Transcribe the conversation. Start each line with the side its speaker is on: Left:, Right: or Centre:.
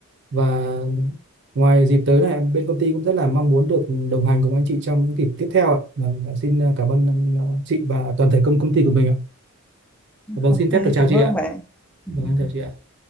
Right: Và ngoài dịp tới này em bên công ty cũng rất là mong muốn được đồng hành cùng anh chị trong những dịp tiếp theo ạ. Vâng, xin ờ, cảm ơn ờ, chị và toàn thể công công ty của mình ạ. Dạ Vâng,
Centre: ok
Right: xin phép được chào
Centre: cảm
Right: chị
Centre: ơn
Right: ạ.
Centre: bạn Ừ,
Right: Dạ Vâng,
Centre: ok
Right: em chào chị ạ.